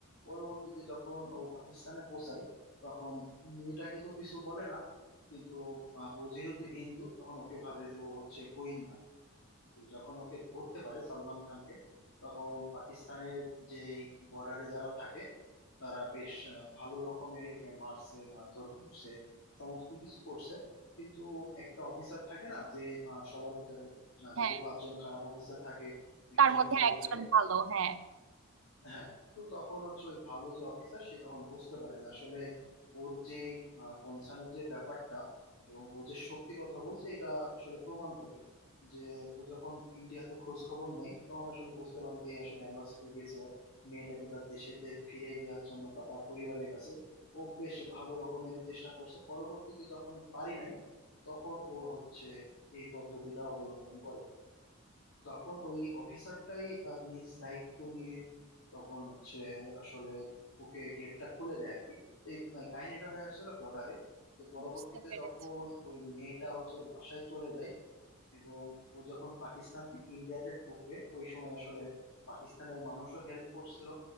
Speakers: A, on the left (about 80°); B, on the right (about 70°).
A: পরবর্তীতে যখন ও পাকিস্তানে পৌঁছায় তখন মেয়েটাকে তো কিছু বলে না কিন্তু আহ, ও যেহেতু হিন্দু তখন ওকে ভাবে যে ও হচ্ছে গোয়েন্দা তো যখন ওকে ধরতে পারে সালমান খানকে তখন পাকিস্তানের যে বর্ডারে যারা থাকে তারা বেশ আহ, ভালো রকমের ওকে মারছে মারধর করছে সমস্ত কিছু করছে কিন্তু একটা অফিসার থাকে না যে আহ, সবার ভিতরে আহ,
B: হ্যাঁ
A: যদি পাঁচজন খারাপ অফিসার থাকে একজন
B: তার মধ্যে
A: ভালো
B: একজন
A: থাকে
B: ভালো হ্যাঁ
A: হ্যাঁ তো তখন হচ্ছে ওই ভালো যে অফিসার সে তখন বুঝতে পারে যে আসলে ওর যে কনসার্নের যে ব্যাপারটা এবং ও যে সত্যি কথা বলছে এটা আসলে প্রমাণ করে যে ও যখন ইন্ডিয়াতে খোঁজ খবর নেই তখন আসলে বুঝতে পারে যে এ আসলে এম্বাসিতে গিয়েছিল মেয়েটাকে তার দেশেতে ফিরিয়ে দেওয়ার জন্য বা তার পরিবারের কাছে ও বেশ ভালো রকমের চেষ্টা করছে পরবর্তীতে যখন পারি নাই তখন ও হচ্ছে এই পদ্ধতিটা অবলম্বন করে তখন ওই অফিসারটাই তার নিজ দায়িত্ব নিয়ে তখন হচ্ছে আসলে ওকে গেটটা খুলে দেয় আর কি এই কাহিনীটা হয়ে আসছিল বর্ডারে তো পরবর্তীতে
B: বুঝতে পেরেছি
A: যখন ওই মেয়েটা হচ্ছে ওর বাসায় চলে যায় এবং ও যখন পাকিস্তান থেকে ইন্ডিয়াতে ঢুকবে ওই সময় আসলে পাকিস্তানের মানুষও হেল্প করছিল